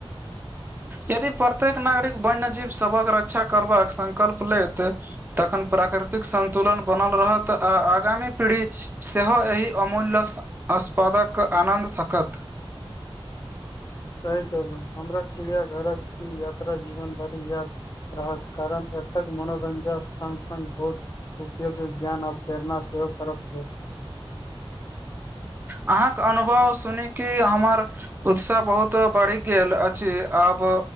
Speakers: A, on the left; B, on the right.
A: <unintelligible>
B: यदि प्रत्येक नागरिक वन्य जीव सबक रक्षा करबाक संकल्प लेत तखन प्राकृ प्राकृतिक संन्तुलन बनल रहत आ आगामी पीढ़ी सेहो एहि अमूल्य अ्पष् पदक आनंद सकत
A: सही कहलहु हमरा चिड़ियाघरक ई यात्रा जीवन भड़ी याद रहत कारण अतक मनोरंजक संग संग बहुत उपयोगी ज्ञान आ प्रेरणा से सेहो फरक रहै
B: अहाँके अनुभव सुनी की हमर उत्साह बहुत बढ़ि गेल अछि आब